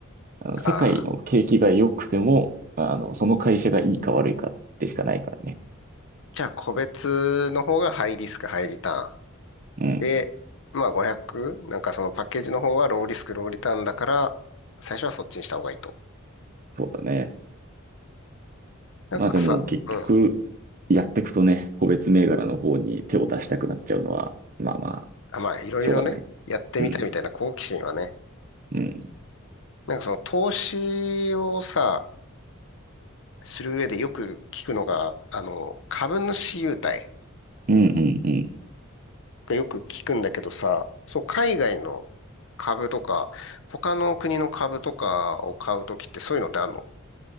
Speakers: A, on the right; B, on the left.
A: あの世界の景気が良くても、
B: ああー、
A: あの、その会社がいいか悪いかでしかないからね。
B: じゃあ個別の方がハイリスク、ハイリターン。
A: うん、
B: で、まあ 500? なんかそのパッケージの方はローリスク、ローリターンだから、最初はそっちにした方がいいと。
A: そうだね。
B: なんかさ、
A: まあでも結局、
B: うん。
A: やっていくとね、個別銘柄の方に手を出したくなっちゃうのは、まあまあ、
B: あ、まあいろいろね、
A: しょうがない。
B: やってみたいみたいな好奇心はね、
A: うん、うん、
B: なんかその投資をさ、する上でよく聞くのが、あの、株主優待
A: うん、うん、うん。
B: がよく聞くんだけどさ、そう、海外の株とか、他の国の株とかを買うときってそういうのってあるの